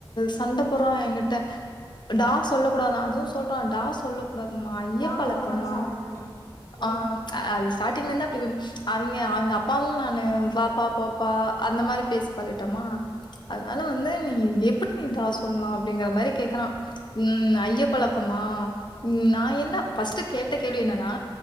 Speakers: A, on the left (about 55°); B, on the left (about 35°).
A: சண்ட போ போறான் எங்கிட்ட டா சொல்ல கூடாதான் அதுவும் சொல்றன் டா சொல்ல கூடாதுமா ஐய்ய
B: வாங்க
A: பலக்கமா
B: போங்கதா சாப்டணுமா ம்
A: அ அது ஸ்டார்டிங்ல இரு டும் அவங்க அவங்க அப்பாவு நானு வாப்பா போப்பா அந்த மாரி பேசி பழகிட்டோமா அதனால வந்து நீ எப்படி சொல்லா அப்படிங்கிறா மேரி கேக்குறா உஹம் ஐய்ய பழக்கமா உ நா என்ன பஸ்ட்டு கேட்ட கேள்வி என்னன்னா